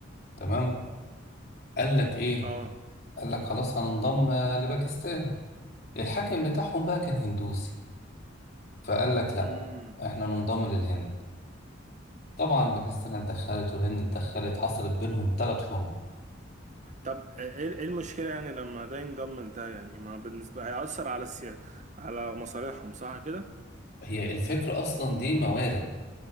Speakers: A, on the left; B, on the right.
A: تمام قال لك ايه
B: اه
A: قال لك خلاص هننضم آه، لباكستان الحاكم بتاعهم بقى كان هندوسي فقال لك لا
B: امم
A: احنا ننضم للهند طبعا باكستان اتدخلت والهند اتدخلت حصلت بينهم ثلاث حروب
B: طب ايه إيه المشكلة يعني لما ده ينضم لده يعني ما بالنسبة هيأثر على السيا... على مصالحهم صح كده؟
A: هي الفكرة اصلا دي موارد